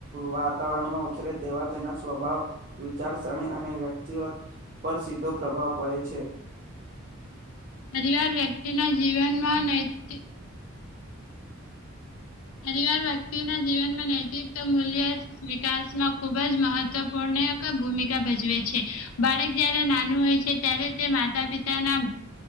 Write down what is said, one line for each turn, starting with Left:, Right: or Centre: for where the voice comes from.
Right: વાતાવરણમાં ઉછરે તેવા તેના સ્વભાવ વિચારસરણી અને વ્યક્તિત્વ પર સીધો પ્રભાવ પડે છે.
Left: પરિવાર વ્યક્તિ ના જીવનમાં નૈતિક પરિવાર વ્યક્તિના જીવનમાં નૈતિક મૂલ્ય વિકાસમાં ખૂબ જ મહત્વપૂર્ણ ભૂમિકા ભજવે છે. બાળક જય્યારે નાનું હોય છે ત્યારે તે માતા પિતાના